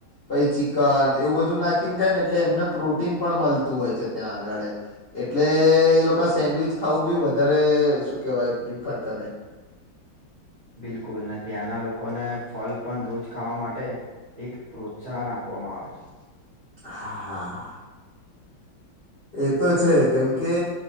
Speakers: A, on the left; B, on the right.
A: પછી ચિકન એવું બધું નાખીને ખાય ને એટલે એમને રૂટીન પણ મળતું હોય છે ત્યાં આગળ એટલે એ લોકો સેન્ડવીચ ખાવું બી વધારે શું કેહેવાય પ્રિફર કરે
B: બિલકુલ અને ત્યાંના લોકોને ફલ પણ રોજ ખાવા માટે એક પ્રોત્સાહન આપવામાં આવે છે
A: હા હા એ તો છે કેમ કે